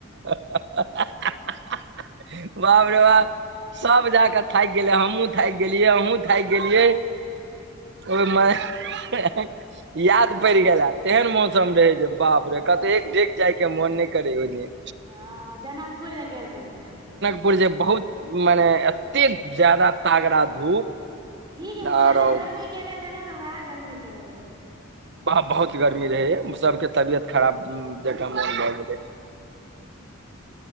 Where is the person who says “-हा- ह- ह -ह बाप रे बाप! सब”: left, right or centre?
Right